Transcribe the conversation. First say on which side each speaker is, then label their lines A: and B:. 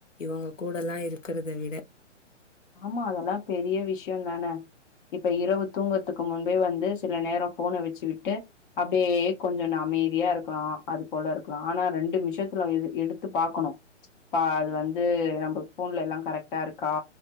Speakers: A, on the left; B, on the left.
A: இவங்க கூடெல்லா இருக்கிறத விட
B: ஆமா அதெல்லா பெரிய விஷய தானே இப்ப இரவு தூங்கறதுக்கு முன்பே வந்து சில நேர ஃபோன் அடிச்சு விட்டு அப்படியே கொஞ்சோ நா அமைதியா இருக்கலாம் அது போல இருக்கலாம் ஆனா ரெண்டு மிஷத்துல எடு எடுத்து பாக்கணோ ப்பா அது வந்து நம்ம போன்ல எல்லா கரெக்டா இருக்கா